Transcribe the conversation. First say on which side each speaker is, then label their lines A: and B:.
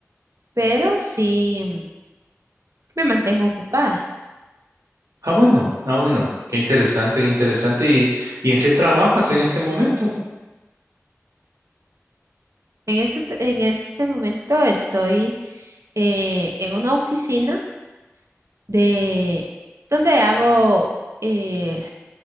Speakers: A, on the right; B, on the right.
A: pero sí mm, me mantengo ocupada.
B: Ah, bueno, ah, bueno, qué interesante, qué interesante. ¿Y, y en qué trabajas en este momento?
A: En este, t- en este momento estoy eh, en una oficina de donde hago eh,